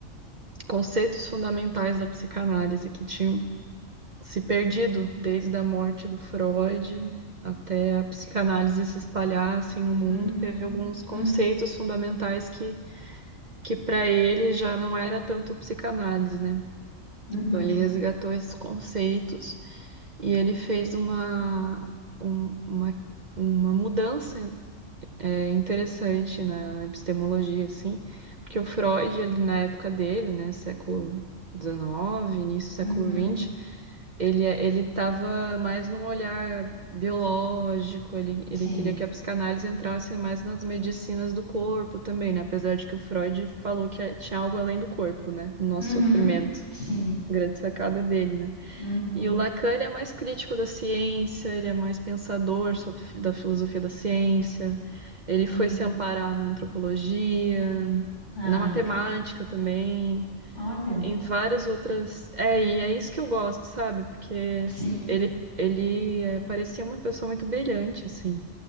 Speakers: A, on the right; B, on the left.
A: conceitos fundamentais da psicanálise que tinham se perdido, desde a morte do Freud até a psicanálise se espalhar assim, no mundo,
B: Uhum.
A: teve alguns conceitos
B: Uhum.
A: fundamentais que, que para ele já não era tanto psicanálise, né?
B: Uhum.
A: Então ele resgatou esses conceitos e ele fez uma, um- uma, uma mudança é interessante na, na epistemologia, assim, porque o Freud, ele, na época dele, né, século XIX, início do século
B: Uhum.
A: XX, ele, ele estava mais num olhar biológico, ele, ele
B: Sim.
A: queria que a psicanálise entrasse mais nas medicinas do corpo também, né, apesar de que o Freud falou que tinha algo além do corpo, né, no nosso
B: Uhum.
A: sofrimento.
B: Sim.
A: Grande sacada dele, né?
B: Uhum,
A: E o Lacan, ele é mais crítico da ciência, ele é mais pensador sobre, fi- da filosofia da ciência. Ele
B: uhum.
A: foi se amparar na antropologia,
B: Ah,
A: na matemática
B: legal.
A: também,
B: Olha,
A: em várias outras. É, e é isso que eu gosto, sabe? Porque
B: sim.
A: ele, ele é, parecia uma pessoa muito brilhante, assim.